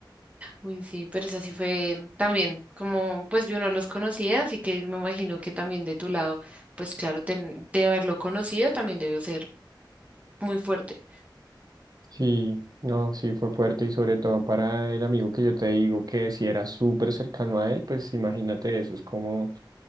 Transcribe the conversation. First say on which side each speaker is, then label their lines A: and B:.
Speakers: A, on the right (about 15°); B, on the right (about 50°).
A: Uy, sí, pero esa sí fue también, como pues yo no los conocía, así que me imagino que también de tu lado, pues claro, ten- de haberlo conocido también debió ser muy fuerte.
B: Sí, no, sí fue fuerte y sobre todo para el amigo que yo te digo que si era súper cercano a él, pues imagínate eso, es como